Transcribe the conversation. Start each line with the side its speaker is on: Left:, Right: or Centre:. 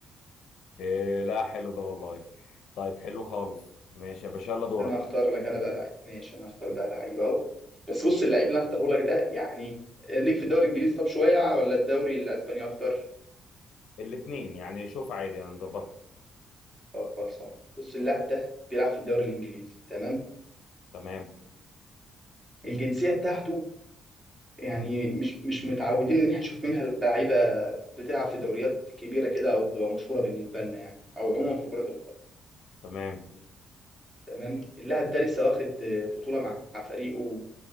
Left: آه، لا حلو ده والله طيب حلو خالص ماشي يا باشا يلا دورك
Right: انا اختار لك انا بقى لعيب ماشي انا اختار بقى لعيب اهو بس بص اللعيب اللي انا اختاره لك ده يعني ليك في الدوري الانجليزي طب شويه ولا الدوري الاسباني اكتر
Left: الاثنين يعني شوف عادي هنظبطها
Right: طب خلصان بص اللاعب ده بيلعب في الدوري الانجليزي تمام
Left: تمام
Right: الجنسيه بتاعته يعني مش مش متعودين ان احنا نشوف منها لعيبه بتلعب في دوريات كبيره كده او بتبقى مشهوره بالنسبه لنا يعني او عموما في كره القدم
Left: تمام
Right: تمام اللاعب ده لسه واخد بطوله مع مع فريقه